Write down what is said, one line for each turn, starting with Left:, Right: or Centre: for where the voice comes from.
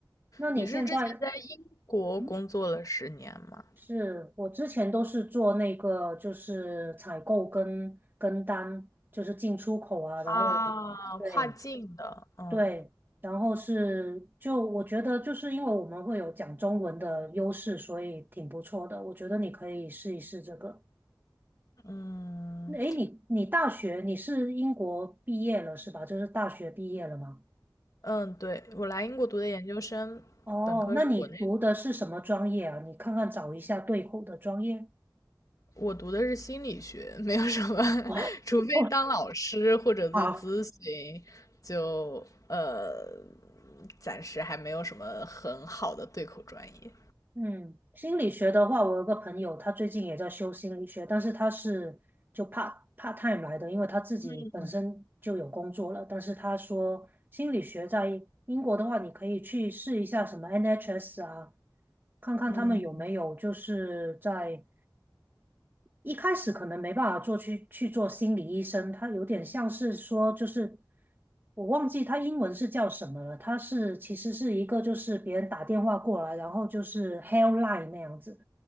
Right: 那你现在，
Left: 你是之前在英国工作了十年吗？
Right: 嗯，是我之前都是做那个就是采购跟跟单，就是进出口啊，然后
Left: 啊，
Right: 对。
Left: 跨境的，嗯
Right: 对，然后是就我觉得就是因为我们会有讲中文的优势，所以挺不错的。我觉得你可以试一试这个。
Left: 嗯
Right: 那诶，你你大学你是英国毕业了是吧？就是大学毕业了吗？
Left: 嗯，对，我来英国读的研究生，
Right: 哦，
Left: 本科是国内的，
Right: 那你读的是什么专业啊？你看看找一下对口的专业。
Left: 我读的是心理学，没有什么，<laughs>
Right: <laughs> 哦，
Left: 除非当老师或者做咨询，
Right: 哦，好，
Left: 就呃，暂时还没有什么很好的对口专业。
Right: 嗯，心理学的话，我有个朋友，他最近也在修心理学，但是他是就 part part time 来的，因为他自己本身就有工作了。
Left: 嗯
Right: 但是他说，心理学在英国的话，你可以去试一下什么 NHS 啊，看看他们有没有就是在
Left: 嗯。
Right: 一开始可能没办法做去去做心理医生，他有点像是说，就是我忘记他英文是叫什么了，他是其实是一个就是别人打电话过来，然后就是 helpline 那样子，